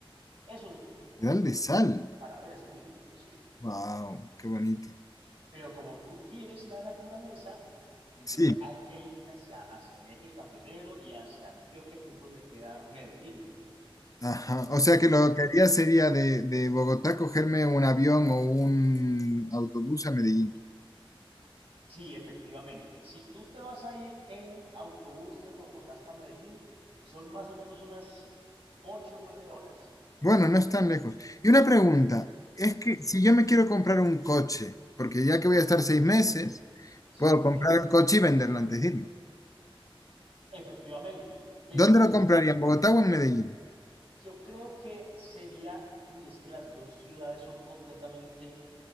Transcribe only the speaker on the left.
pedal de sal.
Wow, qué bonito.
Sí,
ajá. O sea que lo
que haría sería de, de Bogotá cogerme un avión o un autobús a Medellín.
Bueno, no es tan lejos. Y una pregunta, es
que si yo me quiero comprar un coche, porque ya que voy a estar seis meses,
puedo comprar
el coche y venderlo antes de irme.
¿Dónde lo
compraría? ¿En Bogotá o en Medellín?